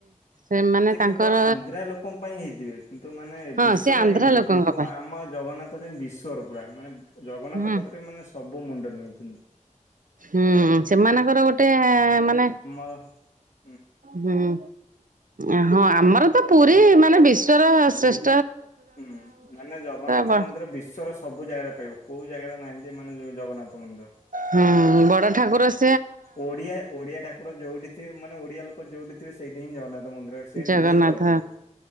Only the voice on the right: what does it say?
ସେମାନେ
ତାଙ୍କର
ହଁ
ସେ ଆନ୍ଧ୍ରା
ଲୋକଙ୍କ
ପାଇଁ
ହୁଁ
ହୁଁ ସେମାନଙ୍କର ଗୋଟେ ମାନେ
ହୁଁ ଅଁହଁ ଆମର ତ ପୁରୀ ମାନେ ବିଶ୍ଵର ଶ୍ରେଷ୍
ବ
ହୁଁ ବଡ ଠାକୁର ସ୍
ଜଗନ୍ନାଥ